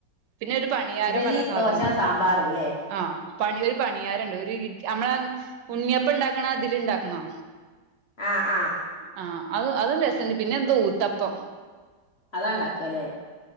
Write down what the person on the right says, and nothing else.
പിന്നെ ഒരു പണിയാരം
പറഞ്ഞ സാധനുണ്ട്
ആഹ് പണി ഒരു പണിയാരണ്ട് ഒരു ഇട് നമ്മള ഉണ്ണിയപ്പം ഉണ്ടാക്കണ ഇതിലുണ്ടാക്കണാ
ആ അത് അതും രസണ്ട് പിന്നെ എന്തോ ഊത്തപ്പം